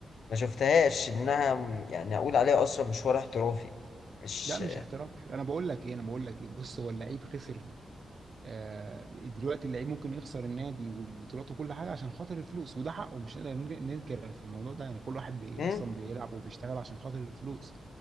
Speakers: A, on the left (about 80°); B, on the right (about 55°).
A: ما شفتهاش انها م- يعني اقول عليها اصلا مشوار احترافي مش
B: لا مش احتراف انا بقول لك ايه انا بقول لك ايه بص هو اللعيب خسر آه، دلوقتي اللعيب ممكن يخسر النادي والبطولات وكل حاجه عشان خاطر الفلوس وده حقه مش نقدر نن- ننكر في الموضوع ده يعني كل واحد بي
A: امم
B: اصلا بيلعب وبيشتغل عشان خاطر الفلوس